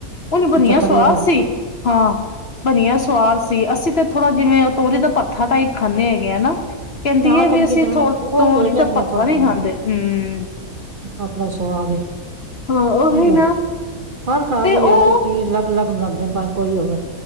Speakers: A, on the left; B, on the right.
A: ੳਝੰ ਬਨਿਯਾ
B: ਅੱਛਾ
A: ਸਵਾਦ
B: ਖੜੇ ਅਗਰ
A: ਸੀ, ਹਾਂ ਬਣਿਆ ਸਵਾਦ ਸੀ ਅਸੀਂ ਤੇ ਥੋੜਾ ਜਿਵੇਂ ਉਹ ਤੋਰੀ ਦਾ ਪਰਥਾ ਟਾਈਪ ਖਾਂਦੇ ਹੈਗੇ ਨਾ ਕਹਿੰਦੀ
B: ਨਾ
A: ਹੈ ਵੀ
B: ਚੰਗੀ
A: ਅਸੀਂ
B: ਤਰ੍ਹਾਂ
A: ਥੋ
B: ਉਹ
A: ਤੋਰੀ
B: ਖੁੱਲਜਾਂਦੀਆਂ
A: ਦਾ ਭਰਥਾ
B: ਥੋੜੀਆਂ
A: ਨਹੀਂ
B: ਜਿਹੀਆਂ,
A: ਖਾਂਦੇ ਹਮ
B: ਆਪਣਾ ਸਵਾਦ ਏ,
A: ਹਾਂ ਉਹੀ
B: ਨਹੀਂ ਬਈ
A: ਨਾ
B: ਹਰ ਖਰ
A: ਤੇ
B: ਦੀ
A: ਉਹ
B: ਯਾਰ ਕੋ ਚੀਜ਼ ਅਲੱਗ ਅਲੱਗ ਬਣਾਦੇ ਪਏ ਕੋਈ ਹੋਵੇ